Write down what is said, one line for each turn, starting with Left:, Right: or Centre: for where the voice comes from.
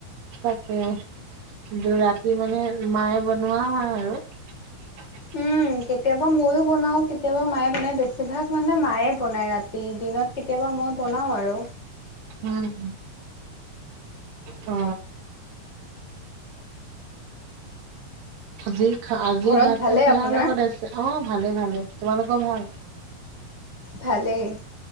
Right: তাকে ৰাতি মানে মায়ে বনোৱা হয় আৰু। <inaudible>
Left: উম, কেতিয়াবা মইয়ো বনাও কেতিয়াবা মায়ে বনাই বেছিভাগ মানে মায়ে বনায় ৰাতি দিনত কেতিয়াবা মই বনাও আৰু।
Right: উম। অ। আজি খা আজিৰ
Left: ঘৰত
Right: ভাতটো
Left: ভালেই
Right: কিহৰ
Left: আপোনাৰ?
Right: লগত আছে? অ ভালে ভালে, তোমালোকৰ ভাল?
Left: ভালেই।